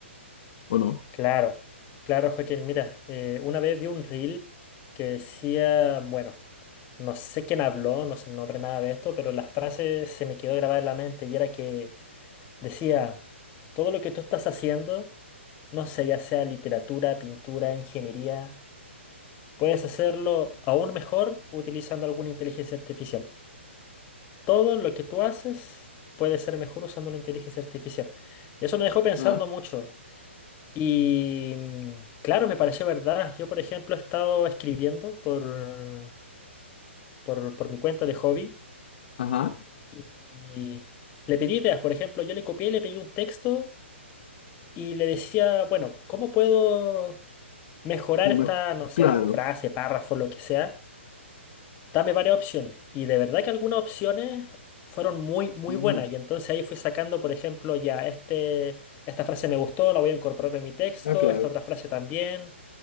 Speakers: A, on the left (about 50°); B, on the left (about 25°).
A: ¿o no?
B: Claro, claro, Joaquín. Mira, eh, una vez vi un reel que decía, bueno, no sé quién habló, no sé el nombre, nada de esto, pero la frase se me quedó grabada en la mente y era que decía, todo lo que tú estás haciendo, no sé, ya sea literatura, pintura, ingeniería, puedes hacerlo aún mejor utilizando alguna inteligencia artificial. Todo lo que tú haces puede ser mejor usando la inteligencia artificial. Y eso me dejó pensando
A: ajá
B: mucho. Y mm, claro, me pareció verdad. Yo, por ejemplo, he estado escribiendo por, por, por mi cuenta de hobby
A: Ajá,
B: y le pedí ideas. Por ejemplo, yo le copié, le pedí un texto y le decía, bueno, ¿cómo puedo mejorar
A: o
B: esta,
A: mejor,
B: no sé,
A: claro.
B: frase, párrafo, lo que sea? Dame varias opciones. Y de verdad que algunas opciones fueron muy, muy
A: Mm,
B: buenas. Y entonces ahí fui sacando, por ejemplo, ya este, esta frase me gustó, la voy a incorporar en mi texto,
A: Ah, claro.
B: esta otra frase también.